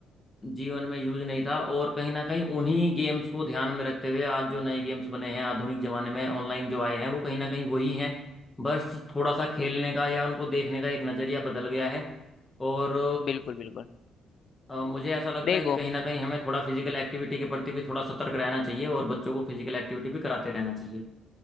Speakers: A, on the left (about 20°); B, on the left (about 60°).
A: जीवन में यूज नहीं था और कहीं ना कहीं उन्हीं गेम्स को ध्यान में रखते हुए आज जो नए गेम्स बने हैं आधुनिक जमाने में ऑनलाइन जो आए हैं वो कहीं ना कहीं वही हैं बस थोड़ा सा खेलने का या उनको देखने का एक नज़रिया बदल गया है और
B: बिल्कुल बिल्कुल
A: अ, मुझे ऐसा लगता
B: देखो
A: है कि कहीं ना कहीं हमें थोड़ा फिजिकल एक्टिविटी के प्रति भी थोड़ा सतर्क रहना चाहिए और बच्चों को फिजिकल एक्टिविटी भी कराते रहना चाहिए